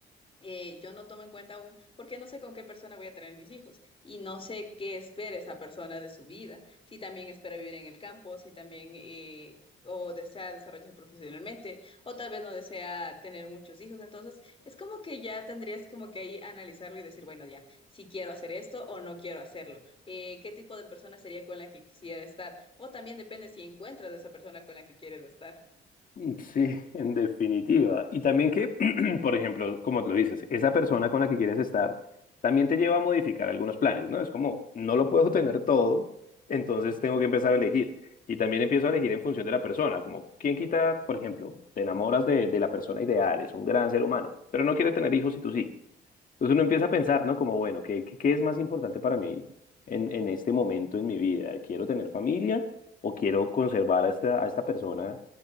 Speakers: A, on the left; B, on the left.
A: eh, yo no tomo en cuenta aún, porque no sé con qué persona voy a tener mis hijos y no sé qué espera esa persona de su vida, si también espera vivir en el campo, si también eh, o desea desarrollarse profesionalmente, o tal vez no desea tener muchos hijos. Entonces, es como que ya tendrías como que ahí analizarlo y decir, bueno, ya, si quiero hacer esto o no quiero hacerlo, Eh, qué tipo de persona sería con la que quisiera estar, o también depende si encuentras a esa persona con la que quieres estar.
B: Mm, Sí, en definitiva. Y también que, <clears throat> por ejemplo, como lo dices, esa persona con la que quieres estar también te lleva a modificar algunos planes, ¿no? Es como, no lo puedo tener todo, entonces tengo que empezar a elegir. Y también empiezo a elegir en función de la persona, como, ¿quién quita, por ejemplo, te enamoras de, de la persona ideal, es un gran ser humano, pero no quiere tener hijos y tú sí. Entonces uno empieza a pensar, ¿no? Como, bueno, ¿qué, qué, qué es más importante para mí en, en este momento en mi vida? ¿Quiero tener familia o quiero conservar a esta, a esta persona